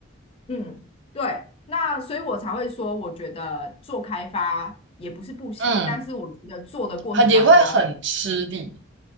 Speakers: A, on the left (about 30°); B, on the right (about 60°).
A: 嗯，对，那所以我才会说，我觉得做开发也不是不行，
B: 嗯，
A: 但是我觉得做的过程当中，
B: 很也会很吃力。